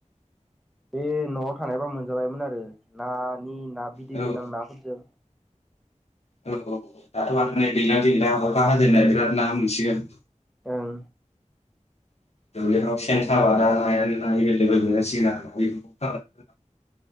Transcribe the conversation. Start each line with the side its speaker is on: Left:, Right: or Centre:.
Centre: बे न'आव थानायबा मोनजाबायमोन आरो नानि ना बिदै
Left: औ
Centre: गोनां नाफोरजों
Left: औ दाथ' आरो नै दैज्लां दिन ना अखा हाजेननाय बिराद ना मोनसिगोन।
Centre: ओं।
Left: <inaudible> दुब्लिफ्राव सेन साबा दा नायानो ना एभेलेबेल मोनजासिगोन आरो <unintelligible>